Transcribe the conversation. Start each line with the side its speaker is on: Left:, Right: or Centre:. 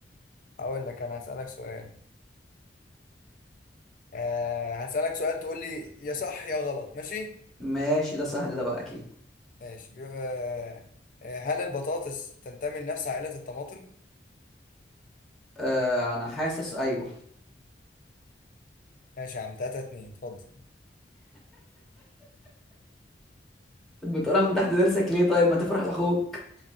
Left: هقول لك انا هسالك سؤال آه هسالك سؤال تقول لي يا صح يا غلط ماشي
Centre: ماشي ده سهل ده بقى اكيد
Left: ماشي بيقول- آه آه، هل البطاطس تنتمي لنفس عائله الطماطم
Centre: آه انا حاسس ايوه
Left: ماشي يا عم 3 2 اتفضل
Centre: بتقولها من تحت ضرسك ليه طيب ما تفرح لاخوك